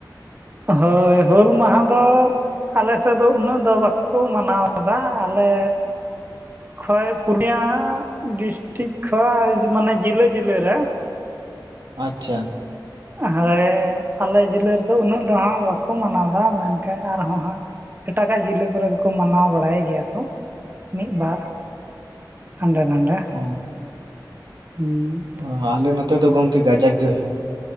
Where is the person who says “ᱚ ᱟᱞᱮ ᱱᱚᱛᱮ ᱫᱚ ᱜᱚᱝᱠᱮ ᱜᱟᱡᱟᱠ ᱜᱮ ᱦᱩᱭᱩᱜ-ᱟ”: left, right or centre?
Right